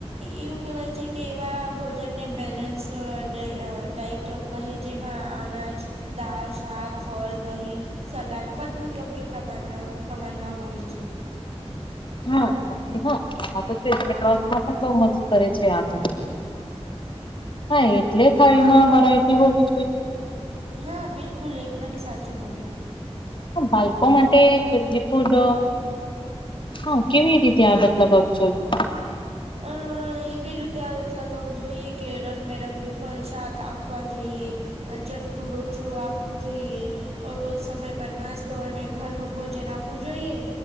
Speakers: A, on the right; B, on the left.
A: એવું કહેવાય છે કે એવા ભોજનને બેલેન્સ ડ ડઇટ કહે જેમાં અનાજ દાળ શાક ફળ દહી સલાડ બધું યોગ્ય પ્રમાણ પ્રમાણમાં હોય છે.
B: હા એમાંથી હા આ તો છેસમાં પણ બહ મજ કરે છે આ તો. હા એટલે થાયમાં વેરાયટી હોવી જોઈએ.
A: હા બિલકુલ એકદમ સાચું બોલ્યા.
B: ભલ્પ માટે માટે હેલ્દી ફૂડ હા કેવી રીતે આગત લગાવવી જોઈએ?
A: હ એવી રીતે આ રતલાગાવું જોઈએ કે રંગબેરંગી ફલ શાક આપવા જોઈએ. જંક ફૂડ ઓછું આપવું જોઈએ. રોજ સમય પર નાસ્તો અને ઘરનું ભોજન આપવું જોઈએ